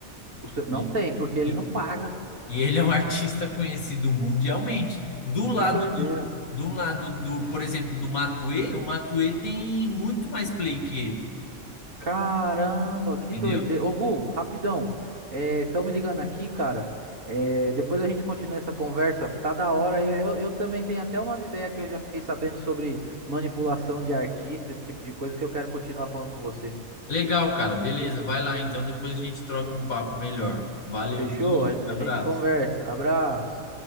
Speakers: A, on the right; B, on the left.
A: o seu-
B: E,
A: não tem, porque ele
B: e,
A: não paga.
B: e ele é um <laughs> artista conhecido mundialmente. Do lado
A: Que doideira.
B: do, do lado do, por exemplo, do Matuê, o Matuê tem muito mais play que ele,
A: Caramba, que
B: entendeu?
A: doideira. Ô, Gu, rapidão. Estão me ligando aqui, cara. É, depois a gente continua essa conversa. Tá da hora. e Eu, eu também tenho até umas ideias que eu já fiquei sabendo sobre manipulação de artista, esse tipo de coisa que eu quero continuar falando com você.
B: Legal, cara. Beleza, vai lá então, depois a gente troca um papo melhor. Valeu,
A: Fechou?
B: Felipe.
A: A, a
B: Abraço.
A: gente conversa. Abraço.